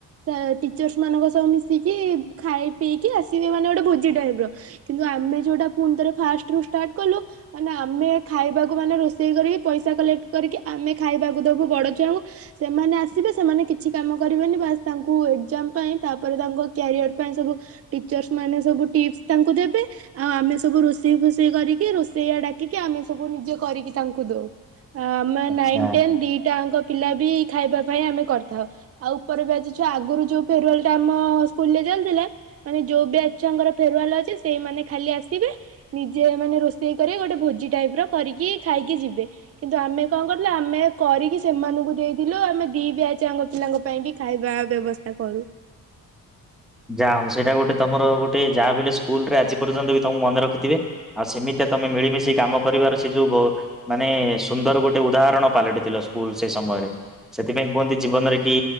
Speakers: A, on the right (about 40°); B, in the centre.
A: ର ଟିଚର୍ସ ମାନଙ୍କ ସହ ମିଶିକି ଖାଇ ପିଇକି ଆସିବେ ମାନେ ଗୋଟେ ଭୋଜି ଟାଇପ କିନ୍ତୁ ଆମେ ଯୋଉଟା ପୁଣି ଥରେ ଫାର୍ଷ୍ଟ ରୁ ଷ୍ଟାର୍ଟ କଲୁ ମାନେ ଆମେ ଖାଇବାକୁ ମାନେ ରୋଷେଇ କରି ପଇସା କଲେକ୍ଟ କରିକି ଆମେ ଖାଇବାକୁ ଦବୁ ବଡ ଛୁଆଙ୍କୁ ସେମାନେ ଆସିବେ ସେମାନେ କିଛି କାମ କରିବେନି ବାସ୍ ତାଙ୍କୁ ଏକ୍ଜାମ ପାଇଁ ତାପରେ ତାଙ୍କ କ୍ୟାରିଅର ପାଇଁ ସବୁ ଟିଚର୍ସ ମାନେ ସବୁ ଟିପ୍ସ ତାଙ୍କୁ ଦେବେ। ଆଉ ଆମେ ସବୁ ରୋଷେଇ ଫୋଷେଇ କରି କି ରୋଷେଇଆ ଡାକିକି ଆମେ ସବୁ ନିଜେ କରିକି ତାଙ୍କୁ ଦଉ। ଅ ଆମେ
B: ଆଚ୍ଛା।
A: ନାଇନ୍ ଟେନ୍ ଦିଟାଙ୍କ ପିଲା ବି ଖାଇବା ପାଇଁ ଆମେ କରିଥାଉ ଆଉ ଉପର ବେଚ ଛୁଆ ଆଗରୁ ଯୋଉ ଫେରୱେଲ ଟା ଆମ ସ୍କୁଲରେ ଚାଲିଥିଲା। ମାନେ ଯୋଉ ବ୍ୟାଚ ଛୁଆଙ୍କର ଫେରୁୱଲ ଅ ଚି ସେଇମାନେ ଖାଲି ଆସିବେ ନିଜେ ମାନେ ରୋଷେଇ କରି ଗୋଟେ ଭୋଜି ଟାଇପ ର କରିକି ଖାଇକି ଯିବେ କିନ୍ତୁ ଆମେ କଣ କରଥିଲୁ ଆମେ କରିକି ସେମାନଙ୍କୁ ଦେଇଥିଲୁ ଆମେ ଦି ବେଚ ଛୁଆ ଙ୍କ ପିଲାଙ୍କ ପାଇଁକି ଖାଇବା ବ୍ୟବସ୍ଥା କରୁ।
B: ଯା ହଉ ସେଇଟା ଗୋଟେ ତମର ଗୋଟେ ଯାହା ବି ହେଲେ ସ୍କୁଲରେ ଆଜି ପର୍ଯ୍ୟନ୍ତ ବି ତମକୁ ମନେ ରଖିଥିବେ ଆଉ ସେମିତିଆ ତମେ ମିଳିମିଶି କାମ କରିବାର ଅଛି ଯୋଉ ମାନେ ସୁନ୍ଦର ଗୋଟେ ଉଦାହରଣ ପାଲଟିଥିଲ ସ୍କୁଲ ସେ ସମୟରେ ସେଥିପାଇଁ କୁହନ୍ତି ଜୀବନରେ କି